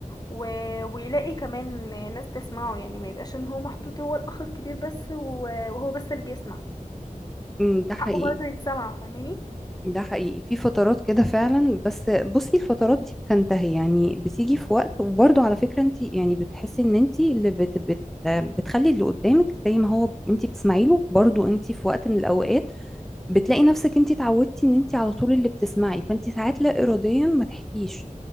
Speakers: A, on the left (about 30°); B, in the centre.
A: و... ويلاقي كمان ناس تسمعه يعني ما يبقاش ان هو محطوط هو الاخ الكبير بس و... وهو بس اللي بيسمع
B: أمم، ده حقيقي
A: حقه برضه يتسمع فاهماني
B: ده حقيقي في فترات كده فعلا بس بصي الفترات دي بتنتهي يعني بتيجي في وقت وبرضه على فكرة انت يعني بتحسي ان انت اللي بت بت بتخلي اللي قدامك زي ما هو انت بتسمعي له برضه انت في وقت من الاوقات بتلاقي نفسك انت اتعودتي ان انت على طول اللي بتسمعي فانت ساعات لا اراديا ما تحكيش